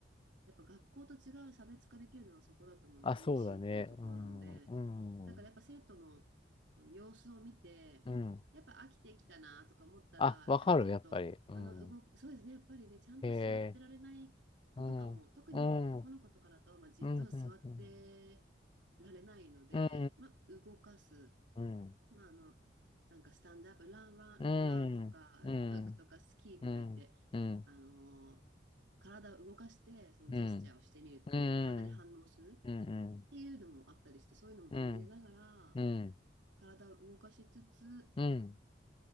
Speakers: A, on the right; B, on the left.
A: やっぱ学校と違う差別化できるのはそこだと思う、
B: あ、
A: 楽しいっていうところなので、
B: そうだね。うん、う
A: だからやっぱ生徒の、
B: ん、
A: あの様子を見て、
B: うん。
A: やっぱ飽きてきたなとか思ったら、
B: あ、わかる、
A: やっぱちょっと、
B: やっぱり。うん。
A: あの動く、そうですね、やっぱりね、ちゃんと座ってられない子とかも、
B: へえ、うん、
A: 特にまあ男の子とかだと、
B: うん、う
A: まあ、
B: ん、
A: じっと座ってられないので、
B: うん、うん、
A: まあ、動かす。
B: うん、うん、
A: まあ、あの、なんかスタンドアップ、ラン、ラン、
B: うん、
A: ランとか、
B: うん、
A: クックとか、スキーとか言って、
B: うん、
A: あのー体を動かして、そのジェスチャーをしてみるっていう、
B: うん、うん、
A: 体で反応する
B: うん、
A: っていうのもあったりして、そういうのも取り入れながら、
B: うん、うん、
A: 体を動かしつつ、
B: うん。